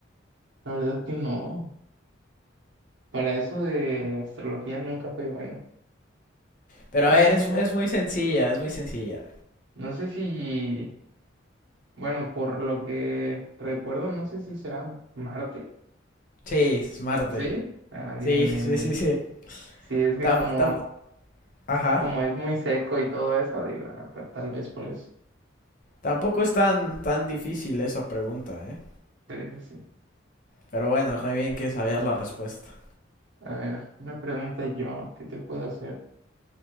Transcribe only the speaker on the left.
Pero
a ver, es, es muy sencilla, es muy sencilla.
Sí, es Marte.
Sí,
<laughs> sí,
sí, sí.
Tam-
tam- Ajá.
Tampoco es tan, tan difícil esa pregunta, ¿eh?
Pero bueno, qué bien que sabías la respuesta.